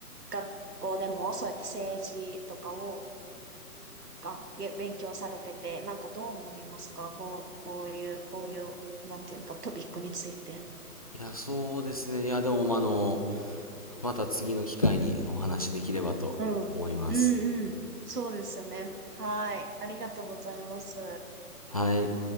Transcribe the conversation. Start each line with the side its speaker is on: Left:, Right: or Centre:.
Right: 学校でもそうやって政治とかを、が、げ勉強されてて、なんかどう思いますかこう、こういう、こういう、なんていうのか、トピックについて。
Left: <laughs> いやそうですね。いや、でも、まああの、また次の機会にお話しできればと思います。
Right: うん。うんうん。そうですよね。はい。ありがとうございます。
Left: はい。